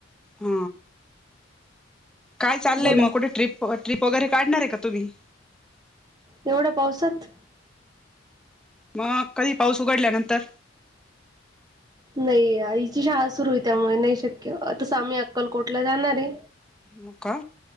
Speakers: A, in the centre; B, on the right.
A: ह. काय चाललय
B: बोला
A: मग कुठे ट्रिप ट्रिप वगैरे काढणारे का तुम्ही?
B: एवढ्या पावसात.
A: म कधी पाऊस उघडल्यानंतर.
B: नाही आईची शाळा सुरूये, त्यामुळे नाही शक्य. तस आम्ही अक्कलकोटला जाणारे.
A: हो का